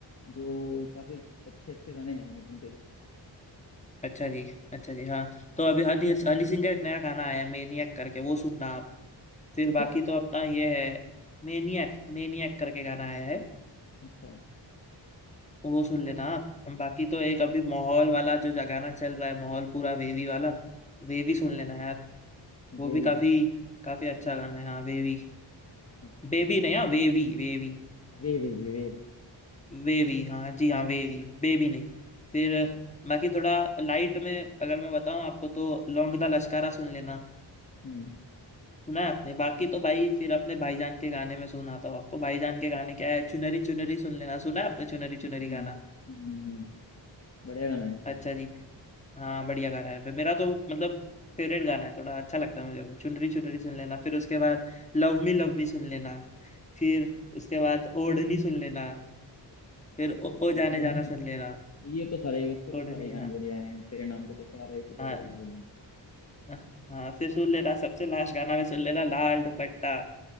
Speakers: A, on the left; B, on the left.
A: जो काफी अच्छे अच्छे गाने हैं हनी सिंह के भी
B: अच्छा जी अच्छा जी हाँ तो अभी हनी हनी सिंह का एक नया गाना आया है मेनियक करके वो सुनना आप फिर
A: कौन
B: बाकी
A: सा
B: तो अपना ये है मेनियक मेनियक करके गाना आया है
A: अच्छा
B: वो सुन लेना आप बाकी तो एक अभी माहौल वाला जो जा- गाना चल रहा है माहौल पूरा वेवी वाला वेवी सुन लेना यार वो
A: बेबी
B: भी काफी काफी अच्छा गाना है हाँ वेवी
A: अच्छा
B: बेबी नहीं हाँ वेवी वेवी
A: वे वे वे वे
B: वेवी हाँ जी हाँ वेवी
A: हम्म
B: बेबी नहीं फिर बाकी थोड़ा लाइट में अगर मैं बताऊं आपको तो लौंग दा लश्कारा सुन लेना
A: हम्म
B: सुना है आपने बाकी तो भाई फिर अपने भाईजान के गाने में सुनाता हूँ आपको भाईजान के गाने क्या है चुनरी चुनरी सुन लेना सुना है आपने चुनरी चुनरी
A: हम्म
B: गाना
A: हम्म, हम्म, बढ़िया गाना है
B: अच्छा जी हाँ बढ़िया गाना है मेरा तो मतलब फेवरेट गाना है थोड़ा अच्छा लगता है मुझे वो चुनरी चुनरी सुन लेना फिर उसके बाद लव मी लव मी सुन लेना फिर उसके बाद ओढ़नी सुन लेना फिर ओ, ओ
A: हाँ
B: जाने
A: ओढ़नी
B: जाना सुन लेना
A: ये तो सारे ही उसके तो
B: ओढ़नी
A: सारे ही गाने
B: हाँ
A: बढ़िया हैं तेरे नाम के तो सारे टू जेड
B: हाँ
A: गाने बढ़िया हैं
B: हाँ हाँ, फिर सुन लेना सबसे लास्ट गाना में सुन लेना लाल दुपट्टा